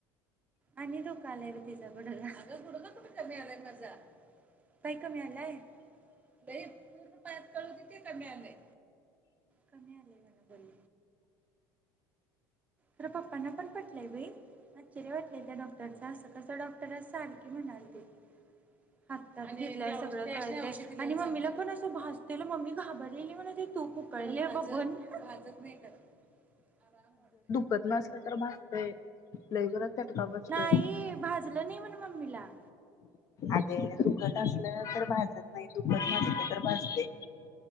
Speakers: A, on the right; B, on the left.
A: आणि दुख आलाय ब तिचा बडला मिळाला य माजा काय कमी आलंय लय पूर्ण पाया कळ तिथे कमी आलंय कमी आलेय म्हणा बोल. खर पप्पांना पण पटलंय बाई आश्चर्य वाटलंय त्या डॉक्टरच असं कसं डॉक्टर सारखे म्हणाल ते. हाततात सगळं कळत आणि मम्मीला पण असं भाजतेल मम्मी घाबरलेली म्हणते तूप उळलेण भाजत नाही खरं. आराम वाटते
B: पदमासला तर भागतय लई जोरात चटका बसतोय.
A: नाही भाजलं नाही म्हण मम्मीला
B: अगे दुखत असलं तर भाजत नाही, दुखत नसलं तर भाजते.